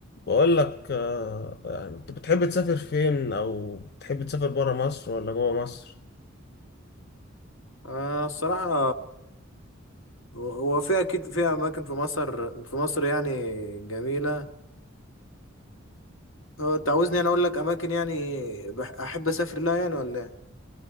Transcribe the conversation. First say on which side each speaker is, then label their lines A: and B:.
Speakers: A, on the left; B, on the left.
A: بقول لك آه، يعني انت بتحب تسافر فين او بتحب تسافر برا مصر ولا جوا مصر
B: آه الصراحة هو هو في أكيد في أماكن في مصر في مصر يعني جميلة هو أنت عاوزني أنا أقول لك أماكن يعني بح- أحب أسافر لها يعني ولا إيه؟